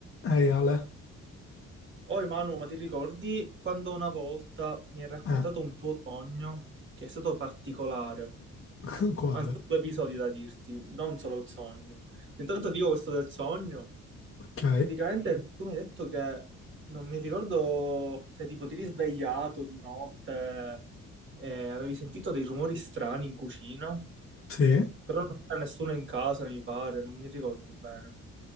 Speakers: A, on the left; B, on the right.
A: Ehi Ale,
B: Oh Emanuele, ma ti ricordi quando una volta mi hai raccontato
A: eh,
B: un tuo sogno che è stato particolare?
A: <laughs> quale?
B: Anzi, ho due episodi da dirti, non solo il sogno. Intanto dico questo del sogno.
A: Ok,
B: Praticamente tu mi hai detto che non mi ricordo, cioè tipo ti eri svegliato di notte e avevi sentito dei rumori strani in cucina,
A: sì,
B: però non c'era nessuno in casa, mi pare, non mi ricordo bene.